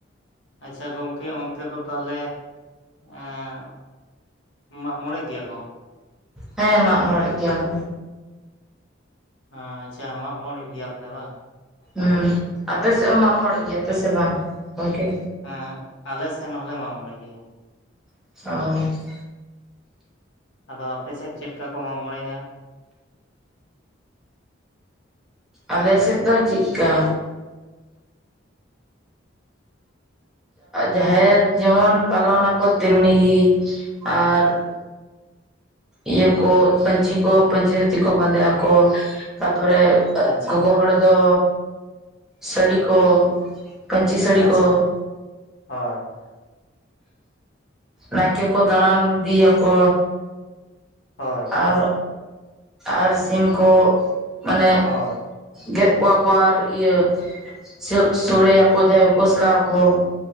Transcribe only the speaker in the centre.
ᱦᱮᱸ ᱢᱟᱜ ᱢᱚᱬᱮᱜ ᱜᱮᱭᱟ ᱠᱚ᱾
ᱦᱩᱸ ᱟᱯᱮᱥᱮᱫ ᱢᱟᱜ ᱢᱚᱬᱮ ᱜᱮᱭᱟᱯᱮ ᱥᱮ ᱵᱟᱝ ᱜᱚᱝᱠᱮ?
ᱚ᱾
ᱟᱞᱮ ᱥᱮᱫ ᱫᱚ ᱪᱤᱜᱠᱟ ᱡᱟᱦᱮᱨ ᱡᱮᱢᱚᱱ ᱯᱟᱞᱚᱱ ᱟᱠᱚ ᱛᱮᱢᱱᱤ ᱜᱮ ᱟᱨ ᱤᱭᱟᱹ ᱠᱚ, ᱯᱟᱹᱧᱪᱤ ᱠᱚ, ᱯᱟᱹᱧᱪᱤ ᱫᱷᱩᱛᱤ ᱠᱚ ᱵᱟᱸᱫᱮᱭᱟ ᱠᱚ ᱛᱟᱯᱚᱨᱮ
ᱜᱚᱜᱚ ᱦᱚᱲ ᱫᱚ, ᱥᱟᱺᱲᱤ ᱠᱚ ᱯᱟᱹᱧᱪᱤ ᱥᱟᱹᱲᱤ
ᱠᱚ
ᱱᱟᱭᱠᱮ ᱠᱚ ᱫᱟᱬᱟᱱ ᱫᱤᱭᱟ ᱠᱚ
ᱟᱨ ᱟᱨ ᱥᱤᱢ ᱠᱚ ᱢᱟᱱᱮ
ᱜᱮᱫ ᱠᱚᱜᱣᱟ ᱠᱚ ᱟᱨ ᱤᱭᱟᱹ ᱥᱟᱹᱜ ᱥᱚᱲᱮᱭᱟ ᱠᱚ, ᱡᱟᱦᱟᱸᱭ ᱩᱯᱟᱹᱥ ᱠᱟᱜᱼᱟ ᱠᱚ